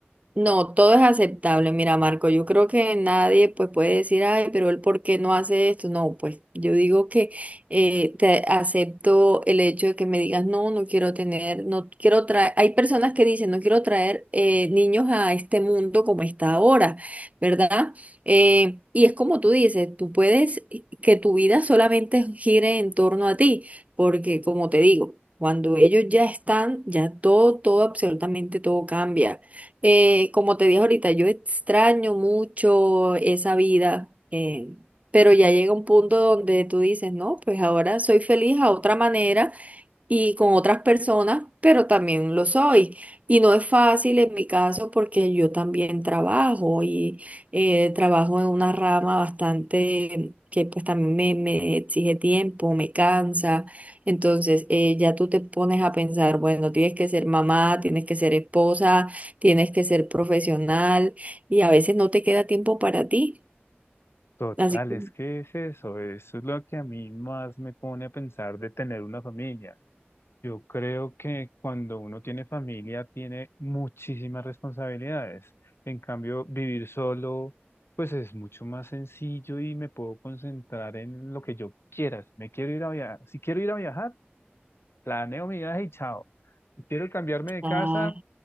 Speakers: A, on the right; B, on the left.
A: No, todo es aceptable. Mira, Marco, yo creo que nadie pues puede decir, ay, pero él por qué no hace esto. No, pues yo digo que eh, te acepto el hecho de que me digas, no, no quiero tener, no quiero traer. Hay personas que dicen, no quiero traer eh, niños a este mundo como está ahora, ¿verdad? Eh, y es como tú dices, tú puedes eh, que tu vida solamente gire en torno a ti, porque como te digo, cuando ellos ya están, ya todo, todo, absolutamente todo cambia. Eh, como te dije ahorita, yo extraño mucho esa vida, eh, pero ya llega un punto donde tú dices, no, pues ahora soy feliz a otra manera y con otras personas, pero también lo soy. Y no es fácil en mi caso porque yo también trabajo y eh, trabajo en una rama bastante que pues también me, me exige tiempo, me cansa. Entonces eh, ya tú te pones a pensar, bueno, tienes que ser mamá, tienes que ser esposa, tienes que ser profesional y a veces no te queda tiempo para ti.
B: Total,
A: Así que
B: es que es eso, eso es lo que a mí más me pone a pensar de tener una familia. Yo creo que cuando uno tiene familia tiene muchísimas responsabilidades. En cambio, vivir solo, pues es mucho más sencillo y me puedo concentrar en lo que yo quiera. Si me quiero ir a viajar, si quiero ir a viajar, planeo mi viaje y chao. Si quiero cambiarme de casa,
A: ah,